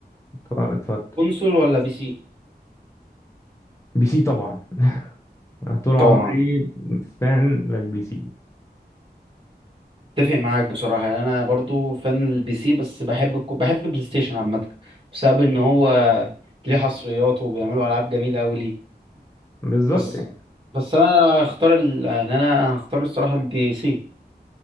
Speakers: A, on the left; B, on the right.
A: ط- اتفضل
B: كونسول ولا بي سي
A: بي سي طبعا أنا طول عمري
B: طبعا
A: فان للبي سي
B: اتفق معاك بصراحة يعني انا برضو فان البي سي بس بحب الكو... بحب البلاي ستيشن عامة بسبب ان هو ليه حصريات وبيعملوا العاب جميلة قوي ليه
A: بالظبط
B: بس
A: يعني
B: بس انا هختار ال... يعني انا هختار الصراحة البي سي